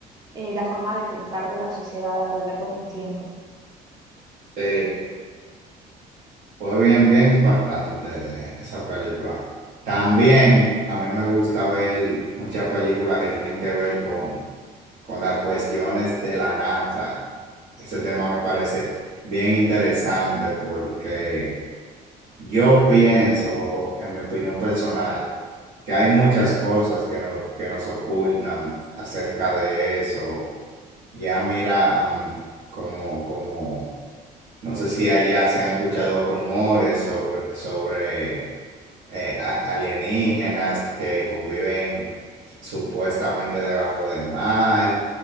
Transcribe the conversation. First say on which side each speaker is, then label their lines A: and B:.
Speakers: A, on the right (about 25°); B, on the right (about 50°).
A: eh, la forma de pensar de la sociedad a lo largo del tiempo.
B: Sí. Fue bien, bien impactante esa película. También a mí me gusta ver muchas películas que tienen que ver con, con las cuestiones de la NASA. Ese tema me parece bien interesante porque yo pienso, en mi opinión personal, que hay muchas cosas que, no- que nos ocultan acerca de eso. Ya mira, am, como, como no sé si allá se han escuchado rumores sobre, sobre eh, a- alienígenas que conviven supuestamente debajo del mar,